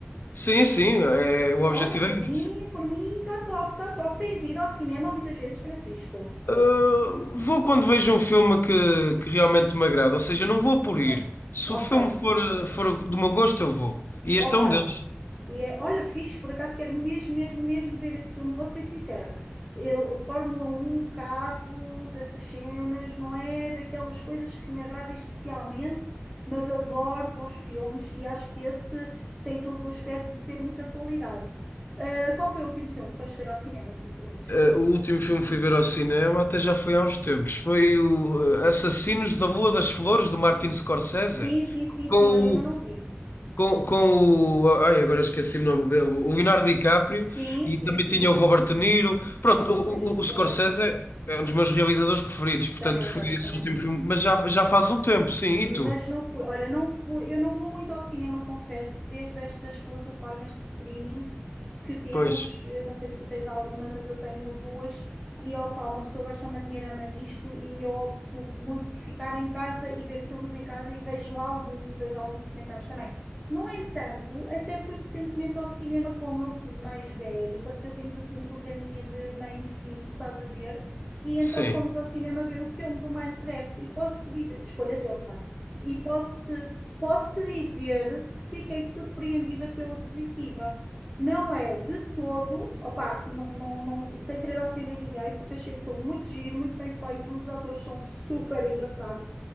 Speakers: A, on the left; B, in the centre.
A: Sim, sim, é, o objetivo
B: Olha, por
A: é
B: mim,
A: esse.
B: por mim está top, está top. Tens ido ao cinema muitas vezes, Francisco?
A: Uh, vou quando vejo um filme que, que realmente me agrada, ou seja, não vou
B: Ok,
A: por ir. Se
B: ok,
A: o filme for,
B: sim,
A: uh,
B: sim,
A: for
B: sim, sim.
A: do meu gosto, eu vou. E
B: Ok.
A: este é um deles.
B: E é, olha, fixe, por acaso quero mesmo, mesmo, mesmo ver esse filme. Vou-te ser sincera. Eu, Fórmula Um, carros, essas cenas, não é daquelas coisas que me agradam especialmente, mas adoro bons filmes e acho que esse tem todo o aspecto de ter muita qualidade. Ah, qual foi o último filme que foste ver ao cinema, se me permites?
A: Eh, o último filme que fui ver ao cinema até já foi há uns tempos. Foi o eh, Assassinos da Lua das Flores, do Martin Scorsese,
B: Sim, sim, sim,
A: com
B: sim, olha, ainda não
A: o,
B: vi.
A: com, com o, ai, agora esqueci o nome dele, o Leonardo DiCaprio
B: Sim,
A: e
B: sim,
A: também
B: sim.
A: tinha o Robert De Niro.
B: Sim,
A: Pronto,
B: sim,
A: o,
B: pois,
A: o,
B: sempre
A: o Scorsese
B: assim,
A: é um dos meus realizadores preferidos, portanto
B: também
A: foi
B: o meu,
A: esse
B: também
A: último
B: o meu.
A: filme, mas já, já faz um tempo, sim.
B: Mas
A: E tu?
B: não fui, olha, não fui, eu não vou muito ao cinema, confesso-te, desde estas plataformas de streaming que temos,
A: Pois,
B: eh, não sei se tu tens alguma, mas eu tenho duas, e opa, uma pessoa gasta uma dinheirama nisto e eu opto muito por ficar em casa e ver filmes em casa e vejo alguns, vejo alguns comentários também. No entanto, até fui recentemente ao cinema com o meu filho mais velho para fazermos assim um programinha de mãe e filho, estás a ver? E
A: sim.
B: então fomos ao cinema ver o filme do Minecraft. E posso-te dizer, escolha dele, claro. E posso-te posso-te dizer que fiquei surpreendida pela positiva. Não é de todo, opá, não, não, não- sem querer ofender ninguém, porque achei o filme muito giro, muito bem feito, os atores são super engraçados,